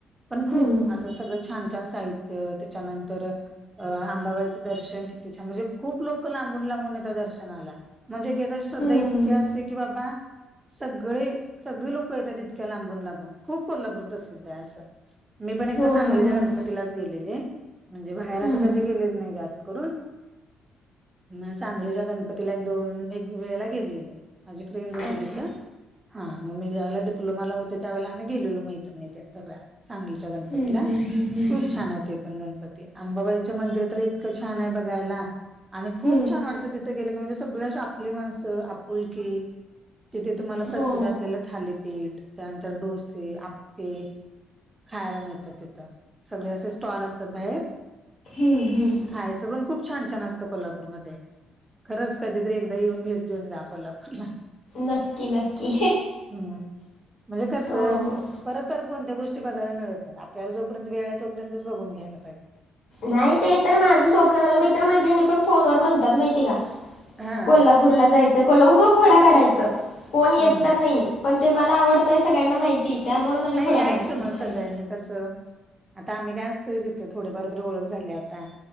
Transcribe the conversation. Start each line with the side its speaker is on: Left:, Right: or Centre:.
Right: पण खूप
Left: हम्म
Right: असं सगळं छान छान साहित्य. त्याच्यानंतर अ आंबाबाईचं दर्शन किती छान, म्हणजे खूप लोक लांबून लांबून येता दर्शनाला. म्हणजे एकेकाची श्रद्धा
Left: हम्म
Right: इतकी असते की बाबा सगळे सगळे लोक येतात. इतक्या लांबून लांबून. खूप कोल्हापूर प्रसिद्धय असं. मी पण एकदा
Left: हो
Right: सांगलीच्या
Left: ना हो
Right: गणपतीलाच
Left: ना
Right: गेलेली. म्हणजे बाहेर
Left: हम्म
Right: असं कधी गेलेच नाही जास्त करून. म सांगलीच्या गणपतीला एक दोन एक वेळेला गेलेली. माझी फ्रेंड होती
Left: अच्छा
Right: तिथं. हां, मग मी ज्यावेळेला डीप्लोमाला होते त्यावेळेला आम्ही गेलेलो. मैत्रिणी त्यान सगळ्या. सांगलीच्या गणपतीला.
Left: हम्म हम्म हम्म हम्म
Right: खूप छानाय ते पण गणपती. आंबाबाईचं मंदिर तर इतकं छानाय बघायला. आणि खूप
Left: हम्म
Right: छान वाटतं तिथे गेले की, म्हणजे सगळी अशी आपली माणसं. आपुलकी तिथे तुम्हाला प्रसिद्ध
Left: हो
Right: असलेलं थालीपीठ, त्यानंतर डोसे, आप्पे खायाला मिळतात तिथं. सगळे असे स्टॉल असतात बाहेर.
Left: हम्म हम्म.
Right: खायचं पण खूप छान छान असतं कोल्हापूरमध्ये. खरंच कधीतरी एकदा येऊन, भेट देऊन जा कोल्हापूरला.
Left: नक्की नक्की.
Right: हम्म, म्हणजे कस
Left: हो
Right: परत परत कोणत्या गोष् टी बघायला मिळत नाहीत. आपल्याला जोपर्यत वेळय, तोपर्यच बघून घ्यायला पाहिजे.
Left: नाही ते तर माझं स्वप्न, मला मित्र मैत्रिणी पण फोनवर म्हणतात माहिती का?
Right: हा
Left: कोल्हा पुूरला जायचं, कोला उघं खोडा काढायचं, कोण
Right: हम्म
Left: येत तर नाही. पण ते मला आवडतय सगळ्यांना माहितीय, त्यामुळे माझ्या
Right: नाही
Left: खोड्या
Right: यायचं
Left: काढतात मग
Right: सगळ्यांनी
Left: सगळ्या.
Right: कसं,, आता आम्ही काय असतोयच इथं, थोडेफार तरी ओळख झाल्याय आता.